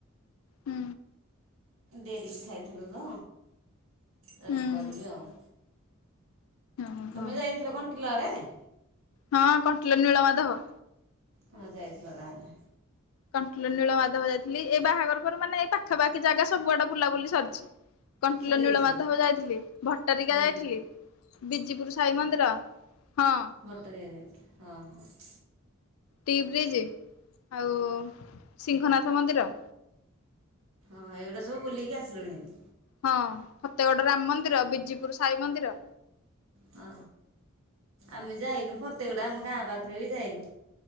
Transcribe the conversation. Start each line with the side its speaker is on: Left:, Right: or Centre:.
Left: ହୁଁ।
Right: ଡେରିକି ଖଥାଇଥିଲୁ ତ ଯାଉଚି
Left: ହୁଁ
Right: କରିବି ଆଉ।
Left: ହଁ ହଁ।
Right: ତମେ ଯାଇନଥିଲ <unintelligible>
Left: ହଁ କଣ୍ଟିଲ ନୀଳମାଧବ।
Right: ହଁ ଯାଇଥିଲ ତାହେଲେ।
Left: କଣ୍ ନୀଳ ମାଧ ଯାଇଥିଲ ଏ ବାହାଘର ପରେ ମାନେ ଏଇ ପାଖାପାଖି ଜାଗା ସବୁଆଡେ ବୁଲାବୁଲି ସରିଛି। କଣ୍ଟଲ
Right: ସରିଯାଇଛି
Left: ନୀଳମାଧବ ଯାଇଥିଲି ଭଟାରିକା
Right: ହୁଁ
Left: ଯାଇଥିଲି। ବିଜିପୁର ସାଇ ମନ୍ଦିର ହଁ।
Right: ମୋଟରେ <unintelligible> ହଁ।
Left: ଟି ବ୍ରିଜ୍ ଆଉ ସିଂହନାଥ ମନ୍ଦିର।
Right: ଓହ ଏଗୁଡା ସବୁଲକି ଆସିଲଣି ହେଲେ।
Left: ହଁ ଫତେଗଡ ରାମ ମନ୍ଦିର ବିଜିପୁର ସାଇ ମନ୍ଦିର।
Right: ହଁ ଆମେ ଯାଇନୁ ପ୍ରତ୍ୟେକଟା ଆମ ଗାଁ ପାଖରେ ବି ଯାଇନୁ।